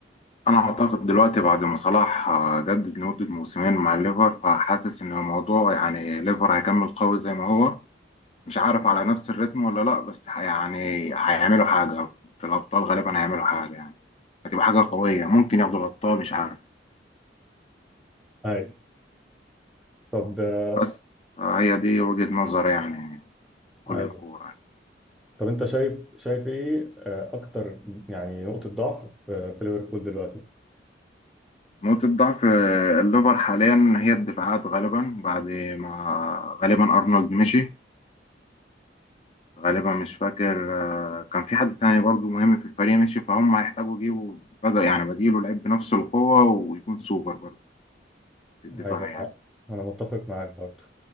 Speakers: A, on the left; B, in the centre.
A: انا اعتقد دلوقتي بعد ما صلاح آه، جدد لمده موسمين مع الليفر فحاسس ان الموضوع يعني ليفر هيكمل قوي زي ما هو مش عارف على نفس الريتم ولا لا بس ح- يعني هيعملوا حاجه في الابطال غالبا هيعملوا حاجه يعني هتبقى حاجه قويه ممكن ياخدوا الابطال مش عارف
B: ايوه طب آه،
A: بس آه، هي دي وجهه نظري يعني كل
B: ايوه
A: الكوره
B: طب انت شايف شايف ايه آه، اكتر يعني نقطة ضعف في في ليفربول دلوقتي
A: نقطة ضعف آه، الليفر حاليا هي الدفاعات غالبا بعد ما غالبا أرنولد مشي غالبا مش فاكر آه، كان في حد تاني برضو مهم في الفريق مشي فهم هيحتاجوا يجيبوا بدأ يعني بديله لعيب بنفس القوة ويكون سوبر برضو في الدفاع
B: ايوه
A: يعني
B: انا متفق معاك برضو